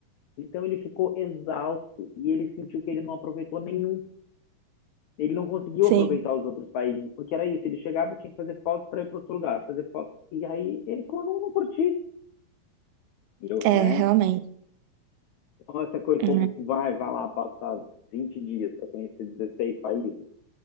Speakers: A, on the left; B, on the right.
A: Então, ele ficou exausto e ele sentiu que ele não aproveitou nenhum. Ele não conseguiu
B: Sim.
A: aproveitar os outros países, porque era isso. Ele chegava, tinha que fazer fotos para ir para outro lugar, fazer fotos E aí, ele falou: não, não curti. E eu,
B: É,
A: né?
B: realmente.
A: Então, essa coisa, o
B: Hum.
A: povo vai, vai lá passar 20 dias para conhecer 16 países.